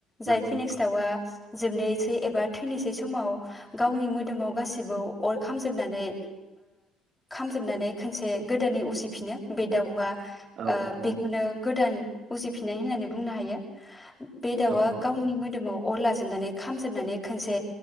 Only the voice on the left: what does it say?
जाय फिनेक्स
दाउआ जोबनोसै एबा थैनोसै समाव गावनि मोदोमाव गासिबो अर खामजोबनानै खामजोबनानै खनसे गोदानै उसिफिनो बे दाउआ
ओ
बेखौनो
गोदान उजिफिननाय होननानै बुंनो हायो बे दाउआ
गावनि
मोदोमाव अर लाजेननानै खामजोबनानै खनसे